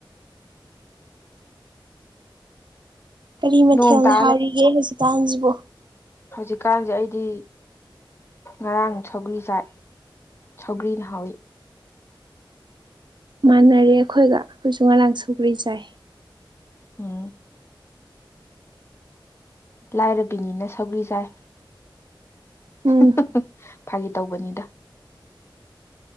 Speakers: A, on the right; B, on the left.
A: ꯀꯔꯤ ꯃꯊꯦꯜꯅ
B: ꯅꯣꯡ ꯇꯥ
A: ꯍꯥꯎꯔꯤꯒꯦ ꯍꯧꯖꯤꯛꯀꯥꯟꯖꯤꯕꯣ
B: ꯍꯧꯖꯤꯛꯀꯥꯟꯖꯦ ꯑꯩꯗꯤ ꯉꯔꯥꯡ ꯁꯧꯒ꯭ꯔꯤ ꯆꯥꯏ ꯁꯧꯒ꯭ꯔꯤꯅ ꯍꯥꯎꯋꯤ
A: ꯃꯥꯟꯅꯔꯦ ꯑꯩꯈꯣꯏꯒ ꯑꯩꯈꯣꯏꯁꯨ ꯉꯔꯥꯡ ꯁꯧꯒ꯭ꯔꯤ ꯆꯥꯏ
B: ꯎꯝ ꯂꯥꯏꯔꯕꯤꯅꯤꯅ ꯁꯧꯒꯔꯤ ꯆꯥꯏ
A: ꯎꯝ
B: <unintelligible> ꯐꯥꯒꯤ ꯇꯧꯕꯅꯤꯗ